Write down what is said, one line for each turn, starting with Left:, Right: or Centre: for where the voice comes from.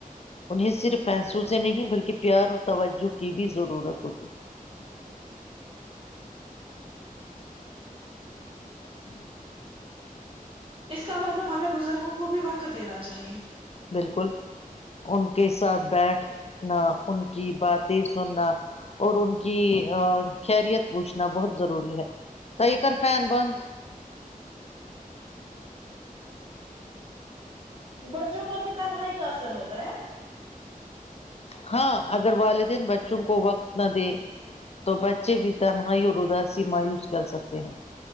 Left: انہیں صرف پیسوں سے نہیں بلکہ پیار اور توجہ کی بھی ضرورت ہوتی ج
Right: اس کا مطلب ہمیں بزرگوں کو بھی وقت دینا چاہیے
Left: ہے۔ بالکل ان کے ساتھ بیٹھنا ان کی باتیں سننا اور ان کی خیریت پوچھنا بہت ضروری ہے تو یہ کر فین بند
Right: بچوں پر بھی تنہائی کا اثر ہوتا ہے
Left: ہاں اگر والدین بچوں کو وقت نہ دے تو بچے بھی تنہائی اور اداسی مایوس کر سکتے ہیں